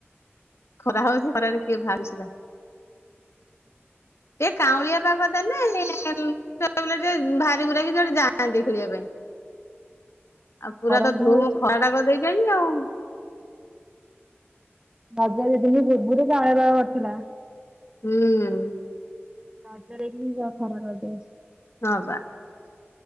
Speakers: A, on the left; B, on the right.
A: ଖରା ହଉଛି ଖରାରେ କିଏ ବାହାରୁଛି ବା। ଏଇ କାଉଁଳିଆ ପାଗଦେଲେ ଏ ସେ। ଏତେ ବେଳେ ଟିକେ ଭାରିଭୁରାକି ଜଦି ଯାଆନ୍ତେ ଖେଳିବା ପାଇଁ। ଆଉ ପୁରା
B: ଗରମ
A: ତ
B: ଟା
A: ଧୁମୁ
B: ହଉଛି
A: ଖରା ଟା କରିଦେଇଚି ଆଜି ଆଉ।
B: <inaudible>
A: ହୁଁଉଁ।
B: <inaudible>
A: ହଁ ପା।